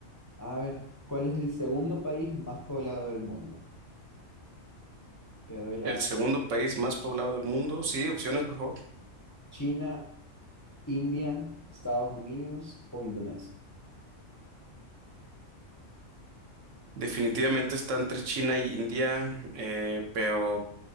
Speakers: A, on the left; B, on the right.
A: a ver, ¿cuál es el segundo país más poblado del mundo? Te doy la
B: el segundo país más poblado del mundo. Sí, opciones, por favor.
A: China, India, Estados Unidos o Indonesia.
B: Definitivamente está entre China y India, eh, pero